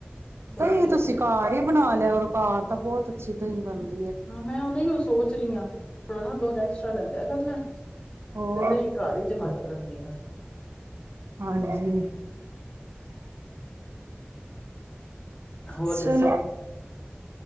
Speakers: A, on the left; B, on the right.
A: ਸਹੀ
B: ਤਾਂਈ
A: ਕਿਹਾ
B: ਤੁਸੀਂ ਕਾਰ ਹੀ ਬਣਾ ਲਿਆ ਉਰੋ ਘਾਰ ਤਾਂ ਬਹੁਤ ਅੱਛੀ ਦਹੀਂ ਬੰਦ
A: ਹਾਂ ਮੈਂ ਉਹਦਾ ਹੀ ਉਹ ਸੋਚ ਰਹੀ ਹਾਂ ਥੋੜਾ ਨਾ ਦੁਦ ਐਸਟਰਾ ਲੈਂਦਾ ਆ ਕਰਨਾ ਹੈ
B: ਹੋਰ
A: ਤੇ ਤਾਂ ਦਹੀਂ ਘਰ ਹੀ ਜਮਾਨਾ ਕਰਨੇ ਆ
B: ਹਾਂਜੀ
A: ਹੋਰ
B: ਚਲੋ
A: ਦੱਸੋ